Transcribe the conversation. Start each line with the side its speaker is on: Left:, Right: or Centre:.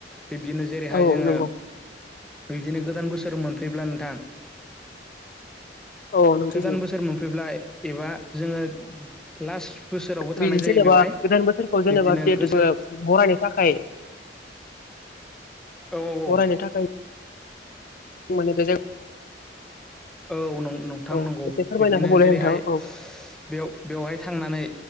Centre: बिब्दिनो जेरैहाय
Left: औ
Centre: जोंङो
Left: नंगौ
Centre: बिबदिनो गोदान बोसोर मोनफैब्ला नोंथां
Left: औ नों
Centre: गोदान
Left: सैथो
Centre: बोसोर मोनफैब्लाय एबा जोंङो लास्ट बोसोरावबो थांनाय
Left: बि
Centre: जायो
Left: जेनेबा
Centre: बेवहाय
Left: गोदान बोसोरखौ जेनेबा
Centre: बिब्दिनो
Left: जिहेतु
Centre: गोसो
Left: जोंङो बरायनो थाखाय
Centre: <inaudible> औ
Left: बरायनो थाखाय माने <unintelligible>
Centre: औ नं नंथां
Left: औ
Centre: नंगौ।
Left: एसे फोरमायना
Centre: बिब्दिनो
Left: होबावलाय
Centre: जेरैहाय
Left: नोंथां औ
Centre: बेयाव बेवहाय थांनानै